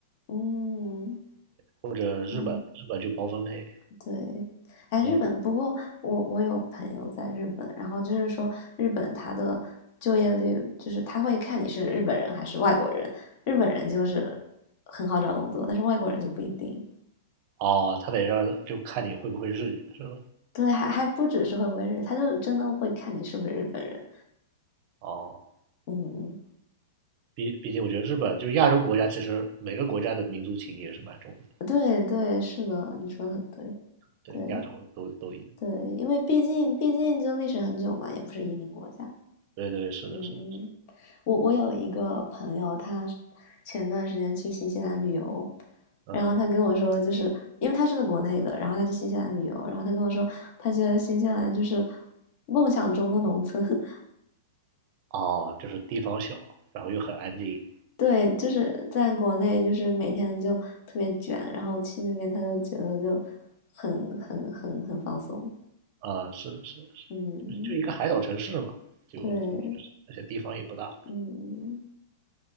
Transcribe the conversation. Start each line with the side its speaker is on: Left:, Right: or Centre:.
Left: 嗯
Right: 或者日本，
Left: 嗯。
Right: 日本就包分配。
Left: 对，哎，
Right: 嗯
Left: 日本，不过我我有朋友在日本，然后就是说日本他的就业率，就是他会看你是日本人还是外国人，日本人就是很好找工作，但是外国人就不一定。
Right: 哦，他得让就看你会不会日语是吧？
Left: 对，还还不只是会不会日语，他就真的会看你是不是日本人。
Right: 哦，
Left: 嗯嗯，
Right: 毕毕竟我觉得日本就是亚洲国家，其实每个国家的民族情结是蛮重的，
Left: 对对，是的，你说的很对，
Right: 对，
Left: 对
Right: 亚洲都都一样。
Left: 对，因为毕竟毕竟就历史很久嘛，也不是移民国家。
Right: 对对，是的，
Left: 嗯。
Right: 是的，是
Left: 我我有一个朋友，他前段时间去新西兰旅游，
Right: 的嗯，
Left: 然后他跟我说，就是因为他是在国内的，然后他去新西兰旅游，然后他跟我说，他觉得新西兰就是梦想中的农村，<laughs>
Right: 哦，就是地方小，然后又很安静
Left: 对，就是在国内就是每天就特别卷，然后去那边他就觉得就很很很很放松，
Right: 啊，是的，是的，是的就一个海岛城市嘛，
Left: 嗯，
Right: 就就就是而且地方也不大。
Left: 对，嗯，